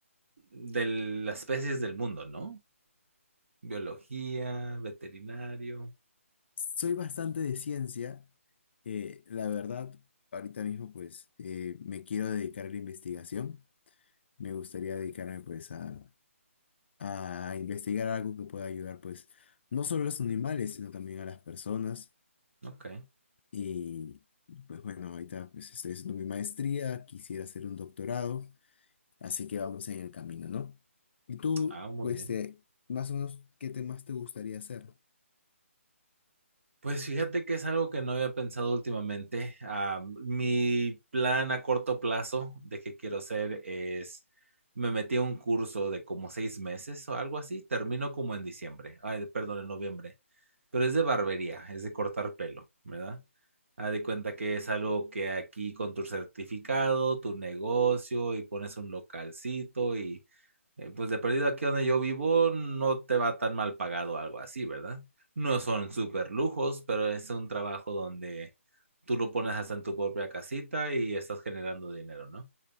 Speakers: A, on the right (about 65°); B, on the left (about 50°).
A: de las especies del mundo, ¿no? Biología, veterinario.
B: Soy bastante de ciencia. eh, la verdad, ahorita mismo pues eh, me quiero dedicar a la investigación. Me gustaría dedicarme pues a, a investigar algo que pueda ayudar pues no solo a los animales, sino también a las personas.
A: Ok.
B: Y y pues bueno, ahorita pues estoy haciendo mi maestría, quisiera hacer un doctorado, así que vamos en el camino, ¿no? Y tú,
A: Ah, muy
B: pues,
A: bien.
B: este, más o menos, ¿qué temas te gustaría hacer?
A: Pues fíjate que es algo que no había pensado últimamente. Ah, mi plan a corto plazo de qué quiero hacer es, me metí a un curso de como seis meses o algo así, termino como en diciembre, ay, perdón, en noviembre, pero es de barbería, es de cortar pelo, ¿verdad? Haz de cuenta que es algo que aquí con tu certificado, tu negocio y pones un localcito y eh, pues de perdido aquí donde yo vivo no te va tan mal pagado algo así, ¿verdad? No son súper lujos, pero es un trabajo donde tú lo pones hasta en tu propia casita y estás generando dinero, ¿no?